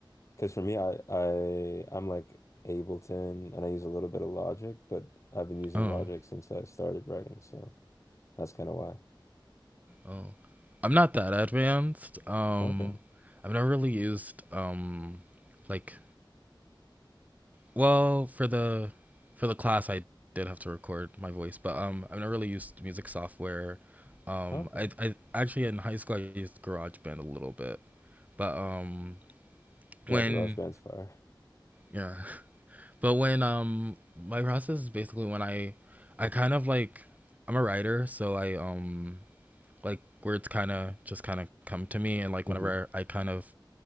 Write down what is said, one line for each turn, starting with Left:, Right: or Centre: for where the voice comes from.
Left: because for me I I I'm like Ableton and I use a little bit of Logic, but I've been using
Right: Oh,
Left: Logic since I started writing, so that's kind of why.
Right: oh, I'm not that advanced. Um,
Left: Okay.
Right: I've never really used um, like well for the for the class I did have to record my voice, but um, I've never really used music software. Um,
Left: Okay.
Right: I I actually in high school I used GarageBand a little bit, but um,
Left: Yeah,
Right: when
Left: GarageBand's fire.
Right: Yeah. <laughs> But when um my process is basically when I I kind of like I'm a writer, so I um like words kind of just kind of come to me and like
Left: <laughs>
Right: whenever
Left: hmm
Right: I kind of